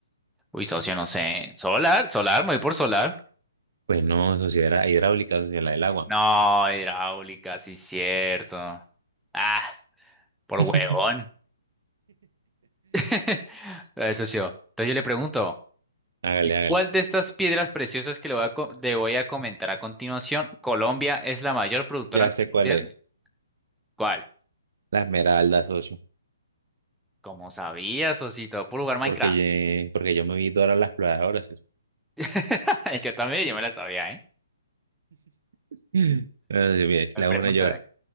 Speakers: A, in the centre; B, on the right.
A: Uy, socio, no sé. ¿Solar? ¿Solar? ¿Me voy por solar?
B: Pues no, socio, era hidráulica, socio, la del agua.
A: No, hidráulica, sí, cierto. Ah, por
B: <laughs>
A: huevón. <laughs> Eso sí. oh. Entonces yo le pregunto,
B: Hágale,
A: ¿de
B: hágale.
A: ¿cuál de estas piedras preciosas que le voy a, co- le voy a comentar a continuación, Colombia es la mayor productora
B: Ya
A: a nivel
B: sé
A: mundial?
B: cuál es.
A: ¿Cuál?
B: La Esmeralda, socio.
A: Como sabías, Osito, por jugar Minecraft.
B: Porque yo, porque yo me vi Dora la Exploradora, socio.
A: <laughs> Yo también, yo me la sabía, ¿eh?
B: <laughs> Entonces, mire,
A: Me
B: la
A: pregúntame.
B: una llora.